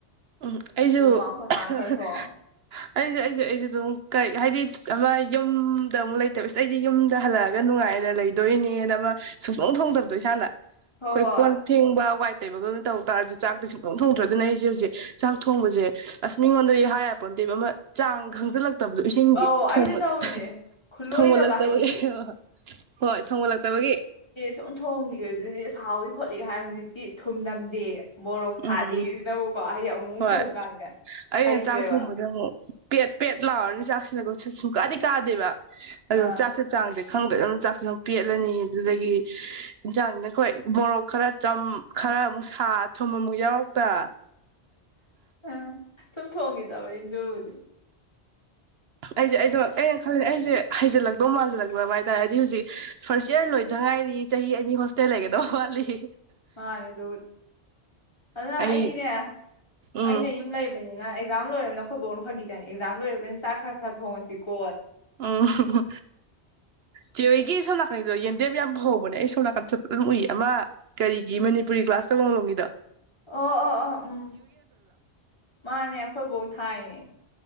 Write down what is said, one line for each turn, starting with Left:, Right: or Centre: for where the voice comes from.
Right: ꯎꯝ ꯑꯩꯖꯨ
Left: ꯑꯗꯨ ꯃꯥ ꯑꯩꯈꯣꯏ ꯃꯥꯅ ꯈꯔ
Right: <inaudible>
Left: ꯊꯣꯡ
Right: ꯑꯩꯖꯨ ꯑꯩꯖꯨ ꯑꯩꯖꯨ ꯑꯗꯨꯝ ꯀꯩ ꯍꯥꯏꯗꯤ ꯑꯃ ꯌꯨꯝꯗ ꯑꯃꯨꯛ ꯂꯩꯇꯕ ꯏꯁ ꯑꯩꯗꯤ ꯌꯨꯝꯗ ꯍꯜꯂꯛꯑꯒ ꯅꯨꯡꯉꯥꯏꯅ ꯂꯩꯗꯣꯏꯅꯦꯅ ꯑꯃ ꯁꯨꯡꯊꯣꯡ ꯊꯣꯡꯗꯕꯗꯣ ꯏꯁꯥꯅ
Left: ꯍꯣꯏ
Right: ꯈꯣꯏ
Left: ꯍꯣꯏ
Right: ꯀꯣꯟ ꯐꯦꯡꯕ ꯋꯥꯏ ꯇꯩꯕꯒꯨꯝ ꯇꯩꯇꯥꯔꯁꯨ ꯆꯥꯛꯇꯤ ꯁꯨꯛꯊꯣꯛ ꯊꯣꯡꯗ꯭ꯔꯦ ꯑꯩꯁꯦ ꯍꯧꯖꯤꯛ ꯆꯥꯛ ꯊꯣꯡꯕꯁꯦ ꯑꯁ ꯃꯤꯉꯣꯟꯗꯗꯤ ꯍꯥꯏ ꯌꯥꯄꯣꯠꯇꯦꯕ ꯑꯃ ꯆꯥꯡ ꯈꯪꯖꯜꯂꯛ ꯇꯧꯕꯗꯣ ꯏꯁꯤꯡꯒꯤ
Left: ꯑꯧ
Right: ꯊꯣꯡꯃ
Left: ꯑꯩꯁꯨ ꯇꯧꯋꯤꯅꯦ
Right: <inaudible>
Left: ꯈꯨꯠꯂꯣꯏꯗꯕ
Right: ꯊꯣꯡꯃꯜꯂꯛꯇꯕꯒꯤ
Left: ꯍꯥꯏꯗꯤ
Right: <inaudible> ꯍꯣꯏ ꯊꯣꯡꯃꯜꯂꯛꯇꯕꯒꯤ
Left: <unintelligible> ꯊꯣꯡꯈ꯭ꯔꯦ ꯑꯗꯨꯗꯤ ꯁꯥꯎꯋꯤ ꯈꯣꯠꯂꯤ ꯀ ꯍꯥꯏ ꯍꯧꯖꯤꯛꯇꯤ ꯊꯨꯝꯅꯝꯗꯦ ꯃꯣꯔꯣꯛ ꯁꯥꯗꯦ
Right: ꯎꯝ
Left: ꯁꯤꯅꯕꯨꯀꯣ ꯍꯥꯏꯗꯤ ꯑꯃꯨꯃꯨꯛ
Right: ꯍꯣꯏ
Left: ꯊꯣꯡꯕ ꯀꯥꯟꯗ
Right: ꯑꯩꯅ
Left: ꯍꯩꯇ꯭ꯔꯦꯕ
Right: ꯆꯥꯛ ꯊꯣꯡꯕꯁꯦ ꯑꯃꯨꯛ ꯄꯦꯠ ꯄꯦꯠ ꯂꯥꯎꯔꯅꯤ ꯆꯥꯛꯁꯤꯅꯀꯣ ꯁ ꯁꯨꯡꯀꯥꯗꯤ ꯀꯥꯗꯦꯕ ꯑꯗꯣ
Left: ꯑꯥ
Right: ꯆꯥꯛꯁꯦ ꯆꯥꯡꯖꯦ ꯈꯪꯗ꯭ꯔꯦ ꯑꯗꯨ ꯆꯥꯛꯁꯤ ꯑꯗꯨꯝ ꯄꯦꯠꯂꯅꯤ ꯑꯗꯨꯗꯒꯤ ꯍꯦꯟꯖꯥꯡꯁꯤꯅ ꯍꯣꯏ ꯃꯣꯔꯣꯛ ꯈꯔ ꯆꯝ ꯈꯔ ꯑꯃꯨꯛ ꯁꯥ ꯊꯨꯝ ꯑꯃꯨꯛ ꯌꯥꯎꯔꯛꯇ
Left: ꯑꯥ ꯁꯨꯝ ꯊꯣꯡꯈꯤꯗꯕꯩꯅꯤ ꯗꯨꯕꯨꯗꯤ
Right: ꯑꯩꯁꯦ ꯑꯩꯗꯣ ꯑꯩꯅ ꯈꯜꯂꯤꯁꯦ ꯑꯩꯁꯦ ꯍꯩꯖꯜꯂꯛꯇꯧ ꯃꯥꯥꯟꯁꯤꯜꯂꯛꯄ꯭ꯔꯕ ꯍꯥꯏꯇꯥꯔꯦ ꯍꯥꯏꯗꯤ ꯍꯧꯖꯤꯛ ꯐꯥꯔꯁ ꯏꯌꯔ ꯂꯣꯏꯗ ꯉꯥꯏꯔꯤ ꯆꯍꯤ ꯑꯅꯤ ꯍꯣꯁꯇꯦꯜ ꯂꯩꯒꯗꯧ ꯋꯥꯠꯂꯤ
Left: ꯃꯥꯅꯦ ꯑꯗꯨꯕꯨꯗꯤ ꯑꯗꯨꯅ
Right: ꯑꯩ
Left: ꯑꯩꯗꯤꯅꯦ
Right: ꯎꯝ
Left: ꯑꯩꯅ ꯌꯨꯝ ꯂꯩꯕꯅꯤ ꯑꯅ ꯑꯦꯛꯖꯥꯝ ꯂꯣꯏꯔꯕꯃꯤꯅ ꯑꯩꯈꯣꯏꯕꯣꯛꯅ ꯐꯥꯒꯤ ꯇꯧꯔꯤꯅꯦ ꯑꯦꯛꯖꯥꯝ ꯂꯣꯏꯔꯕꯅꯤ ꯆꯥꯛ ꯈꯔ ꯈꯔ ꯊꯣꯡꯉꯁꯤꯀꯣ
Right: ꯎꯝ ꯍ ꯍ ꯆꯦꯍꯣꯢꯏꯒꯤ ꯁꯣꯝ ꯅꯥꯀꯟꯗꯣ ꯌꯦꯟꯗꯦꯝ ꯌꯥꯝ ꯍꯧꯕꯅꯦ ꯑꯩ ꯁꯣꯝ ꯅꯥꯀꯟꯁꯨ ꯆꯠꯄꯗ ꯗꯨꯝ ꯎꯏ ꯑꯃ ꯀꯔꯤꯒꯤ ꯃꯅꯤꯄꯨꯔꯤ ꯀ꯭ꯂꯥꯁ ꯇ ꯃꯡꯂꯣꯝꯒꯤꯗꯣ
Left: ꯑꯣ ꯑꯣ ꯑꯣ ꯎꯝ ꯃꯥꯅꯦ ꯑꯩꯈꯣꯏ ꯕꯣꯛꯅ ꯊꯥꯏꯅꯦ